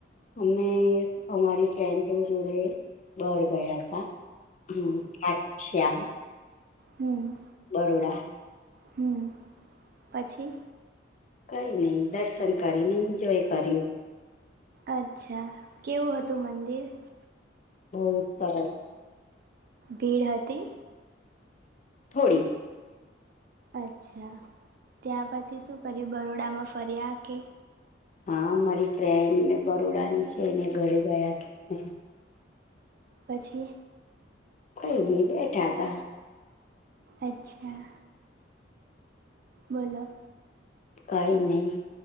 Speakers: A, on the left; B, on the right.
A: અમે અમારી ફ્રેન્ડો જોડે બાર ગયા હતા. હમ્મ. <unintelligible>
B: હમ્મ
A: બરોડા
B: હમ પછી
A: કઈ ની દર્શન કરી ની એન્જોય કર્યું.
B: અચ્છા કેવું હતું મંદિર?
A: બોવ સરસ.
B: ભીડ હતી?
A: થોડી.
B: અચ્છા ત્યાં પછી શું કર્યું બરોડામાં ફર્યા કે??
A: હા મારી ફ્રેન્ડ ને બરોડાની છે એને ઘરે ગયા હતા.
B: પછી?
A: કોઈ નઈ બેઠા તા.
B: અચ્છા. બોલો.
A: કઈ નહી